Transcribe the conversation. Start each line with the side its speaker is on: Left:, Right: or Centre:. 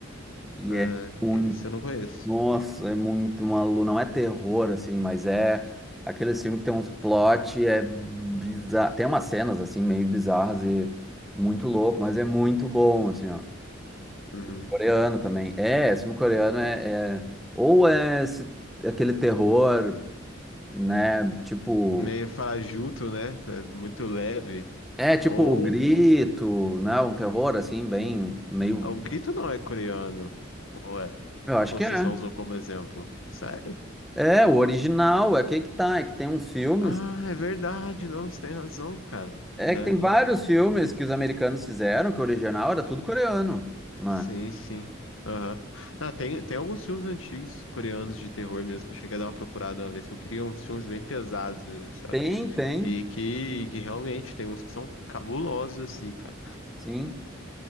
Centre: E
Left: É,
Centre: é muito.
Left: esse eu não conheço.
Centre: Nossa, é muito maluco. Não é terror, assim, mas é aquele filme que tem uns plot, é bizarro. Tem umas cenas, assim, meio bizarras e muito louco, mas é muito bom, assim, ó.
Left: Uhum.
Centre: Coreano também. É, esse filme coreano é, é- Ou é esse- aquele terror né? Tipo
Left: meio farajuto, né? É Muito leve.
Centre: É tipo
Left: Ou
Centre: o grito, né? Um terror assim, bem meio.
Left: ah, o grito não é coreano. Ou é?
Centre: Eu acho
Left: Ou
Centre: que
Left: você
Centre: é.
Left: só usou como exemplo? Sério?
Centre: É, o original, é que é que tá, é que tem uns filmes.
Left: Ah, é verdade, não, você tem razão, cara.
Centre: É
Left: Verdade.
Centre: que tem vários filmes que os americanos fizeram, que o original era tudo coreano, né?
Left: Sim, sim. Aham. Ah, tem, tem alguns filmes antigos coreanos de terror mesmo que eu cheguei a dar uma procurada uma vez, que eu queria uns filmes bem pesados mesmo, sabe?
Centre: Tem, tem,
Left: E que, que realmente tem uns que são cabulosos, assim, cara.
Centre: sim.